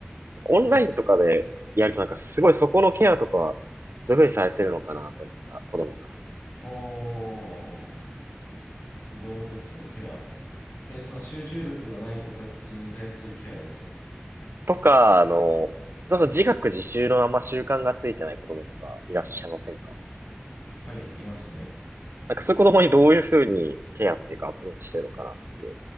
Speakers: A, on the right (about 75°); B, on the left (about 70°).
A: なんかオンラインとかでやるとなんかすごいそこのケアとか、
B: はい。
A: どういうふうにされてるのかなってなんか子供が。
B: おー、子供たちのケア。え、その集中力がない子たちに対するケアですか
A: とか、あの、そうそう自学自習のあんま習慣がついてない子供とかいらっしゃいませんか
B: はい。はい、いますね。
A: なんかそういう子供にどういうふうにケアっていうかアプローチしてるのかなってすごい